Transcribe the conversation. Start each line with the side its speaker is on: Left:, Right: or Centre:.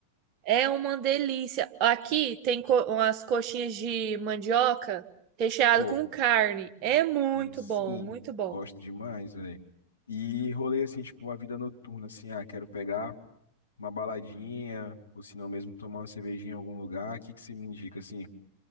Right: é uma delícia. Aqui tem co umas coxinhas de mandioca recheado
Left: Pô.
Right: com carne. É muito
Left: Aí sim,
Right: bom, muito bom.
Left: gosto demais, velho. E rolê assim, tipo, uma vida noturna, assim, ah, quero pegar uma baladinha, ou se não mesmo tomar uma cervejinha em algum lugar, o que que você me indica, assim?